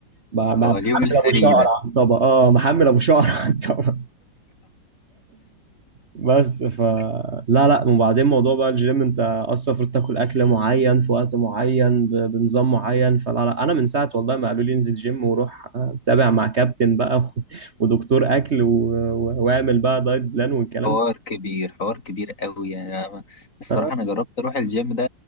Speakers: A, on the right (about 40°); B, on the left (about 45°).
A: ب- ب-
B: آه، اليوم
A: محمل
B: الفري
A: ابو شعر
B: ده
A: على الطبق اه محمل ابو شعر على الطبق بس ف لا لا وبعدين موضوع بقى الجيم انت اصلا المفروض تاكل اكل معين في وقت معين ب- بنظام معين فلا لا انا من ساعه والله ما قالوا لي انزل جيم وروح آه، تابع مع كابتن بقى و- ودكتور اكل و... و- واعمل بقى دايت بلان والكلام
B: حوار
A: ده
B: كبير حوار كبير قوي يعني أنا الصراحة
A: آه.
B: أنا جربت أروح الجيم ده